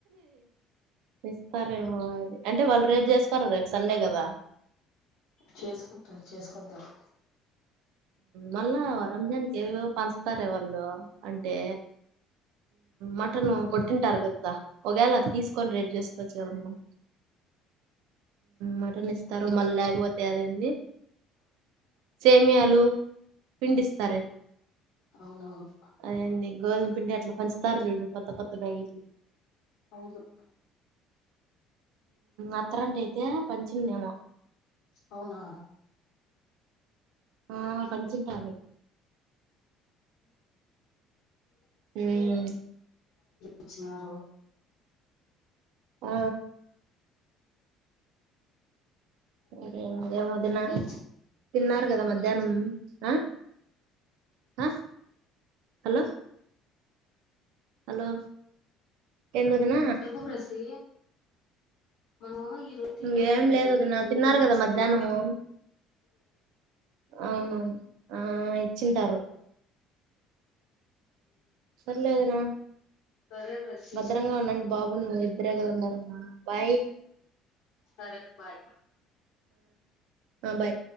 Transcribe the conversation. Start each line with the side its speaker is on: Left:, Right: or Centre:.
Right: ఇస్తారేమో అది అంటే వాళ్ళు రేపు చేసుకోారు రేపు సండే కదా
Left: చేసుకుంటారు చేసుకుంటారు
Right: మళ్ళా వ రంజానికి ఏవేో పంచుతారే వాళ్ళు అంటే మటన్ కొట్టింటారు కదా ఒకవేళ అది తీసుకొని రెడ్ చేసుకోవచ్చు కదా మనం మటన్ ఇస్తారు మళ్ళీ లేకపోతే అదడి సేమి పిడిస్త
Left: అవునవును
Right: అ గ పి ఆట్లా పంచంచితరజూడు కొత్త కొత్త బేగిలు
Left: అవును
Right: అత్తరంట అయితే పంచిందేమో
Left: అవునా
Right: ఆ పంచింటాల హ్మ్
Left: చ్చినార
Right: ఆ సరే ఇంకేమో వదిన
Left: అని
Right: తిన్నారు కదా మధ్యాహ్నం ఆ ఆ హలో హలో ఏంది వదిన
Left: చెప్పు ప్రసిీ మన ఏమ ఇరు తిన
Right: ఇంకేం
Left: వాళ్ళ వేటగానే
Right: లేదు వదిన
Left: ఇరోడు
Right: తిన్నారు
Left: ఇచ్చిిన్రో
Right: కదా మధ్యాహ్నము అవునవును ఆ ఇచ్చింటారు సర్లే వదిన
Left: సరే ప్రసివు
Right: భద్రంగా ఉండండి బాబు నువ్వు ఇద్దరే కదా ఉన్నారు బాయ్
Left: సరే బాయ్
Right: ఆ బాయ్